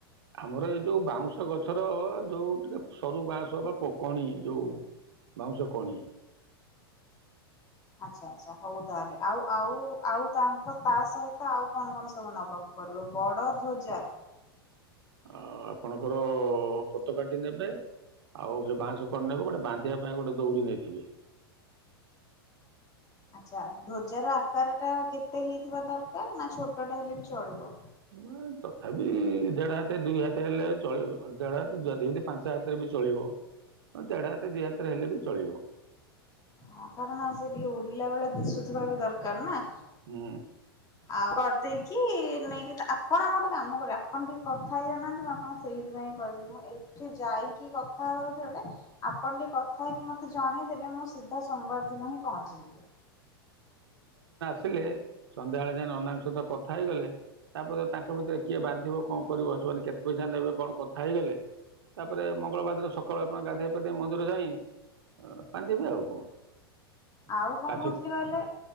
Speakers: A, on the right (about 75°); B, on the left (about 30°).
A: ଆମର ଏଇ ଯୋଉ ବାଉଁଶ ଗଛର ଯୋଉ ଟିକେ ସରୁ ବାଉଁଶ ବା ପ କଣି ଯୋଉ ବାଉଁଶ କଣି।
B: ଆଚ୍ଛା ଆଚ୍ଛା ହଉ ତାହେଲେ ଆଉ ଆଉ ଆଉ ତାଙ୍କ ତା ସହିତ ଆଉ କଣ କଣ ସବୁ ନବାକୁ ପଡ଼ିବ ବଡ଼ ଧ୍ୱଜା
A: ଆ ଆପଣଙ୍କର ପତକାଟି ନେବେ ଆଉ ସେ ବାଁସ କଣି ନେବେ ଗୋଟେ ବାନ୍ଧିବା ପାଇଁ ଗୋଟେ ଦୌଡି ନେଇଥିବେ।
B: ଆଚ୍ଛା ଆଉ ଧ୍ୱଜାର ଆକାରଟା କେତେ ହେଇଥିବା ଦରକାର ନାଁ ଛୋଟଟେ ହେଲେ ବି ଚଳିବ?
A: ନୂଆ ତଥାପି ଦେଢ଼ ହାତେ ଦୁଇ ହାତେ ହେଲେ ଚଳିବ। ଦେଢ ହାତେ ଯଦି ଯେମିତି ପାଞ୍ଚ ହାତରେ ବି ଚଳିବ ଅଁ ଦେଢ ହାତ ଦି ହାତରେ ହେଲେ ବି ଚଳିବ।
B: ହଁ କାରଣ ସେ ଟିକେ ଉଡ଼ିଲା ବେଳେ ଦିଶୁଥିବା ବି ଦରକାର ନାଁ।
A: ହୁଁ।
B: ଆଉ କରିଦେଇକି ନେଇକି ଆପଣ ଆଉ ଗୋଟେ କାମ କରିବେ ଆପଣ ଟିକେ କଥା ହେଇ ଯାଉହାନ୍ତି ମୁଁ ଆପଣଙ୍କୁ ସେଇଥିପାଇଁ କହିଥିଲି ମୁଁ ଏଠୁ ଯାଇକି କଥା ହବା ବଦଳରେ ଆପଣ ଟିକେ କଥା ହେଇକି ମତେ ଜଣେଇଦେଲେ ମୁଁ ସିଧା ସୋମବାର ଦିନ ହିଁ ପହଞ୍ଚିଯିବି।
A: ଥିଲେ ସନ୍ଧ୍ୟାବେଳେ ଯାଇଁ ନନାଙ୍କ ସହିତ କଥା ହେଇଗଲେ ତାପରେ ତାଙ୍କ ଭିତରେ କିଏ ବାନ୍ଧିବ କଣ କରିବ ସେମାନେ କେତେ ପଇସା ନେବେ କଣ କଥା ହେଇଗଲେ ତାପରେ ମଙ୍ଗଳବାର ଦିନ ସକାଳୁ ଆପଣ ଗାଧୋଇ ପଧେଇ ମନ୍ଦିର ଯାଇଁ ଅ ବାନ୍ଧିବେ ଆଉ କଣ।
B: ଆଉ କଣ
A: ତା ସହିତ
B: କୋହୁଥିଲି କହିଲେ